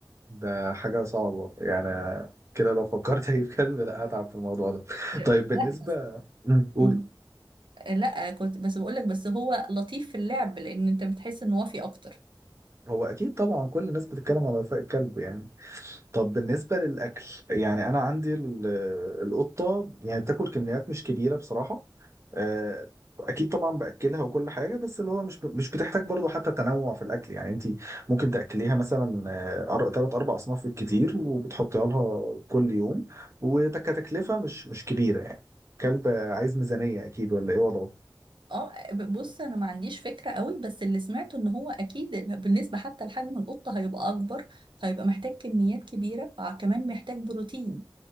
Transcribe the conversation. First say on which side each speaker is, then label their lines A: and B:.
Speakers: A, on the right; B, on the right.
A: ده حاجة صعبة يعني كده لو فكرت <laughs> اجيب كلب لا هتعب في الموضوع ده <laughs> طيب
B: لا
A: بالنسبة
B: بس
A: مم، قولي
B: مم. لا كنت بس بقولك بس هو لطيف في اللعب لان انت بتحس ان وافي اكتر
A: هو اكيد طبعا كل الناس بتتكلم على وفاء الكلب يعني طب بالنسبة للأكل يعني أنا عندي ال- القطة يعني بتاكل كميات مش كبيرة بصراحة آه، أكيد طبعا بأكلها وكل حاجة بس اللي هو مش مش بتحتاج برضو حتى تنوع في الأكل يعني أنت ممكن تأكليها مثلا ثلاث أربع أصناف بالكتير وبتحطيها لها كل يوم وكتكلفة مش مش كبيرة يعني كلب عايز ميزانية أكيد ولا إيه وضعه؟
B: اه ب- بص انا ما عنديش فكرة قوي بس اللي سمعته ان هو اكيد بالنسبة حتى لحجم القطة هيبقى اكبر فهيبقى محتاج كميات كبيرة آه كمان محتاج بروتين